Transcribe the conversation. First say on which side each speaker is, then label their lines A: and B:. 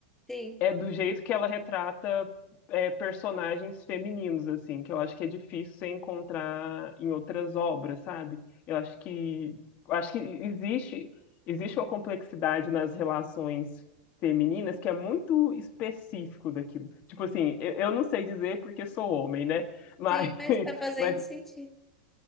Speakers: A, in the centre; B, on the left.
A: Sim,
B: é do jeito que ela retrata é, personagens femininos, assim, que eu acho que é difícil você encontrar em outras obras, sabe? Eu acho que eu acho que existe existe uma complexidade nas relações femininas que é muito específico daquilo. Tipo assim, eu, eu não sei dizer porque sou homem, né? Mas,
A: sim,
B: <laughs>
A: mas tá fazendo
B: mas
A: sentido.